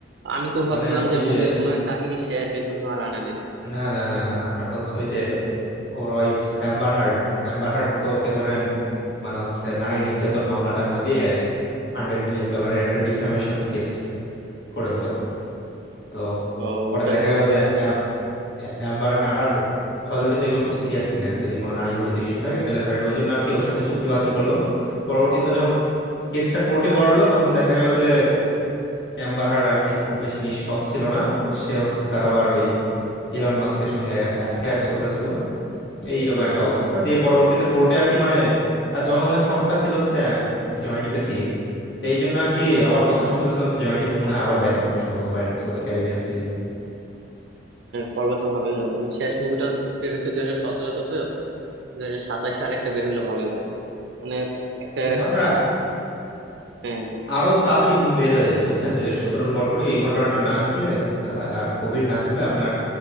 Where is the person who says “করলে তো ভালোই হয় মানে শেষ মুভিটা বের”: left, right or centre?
Right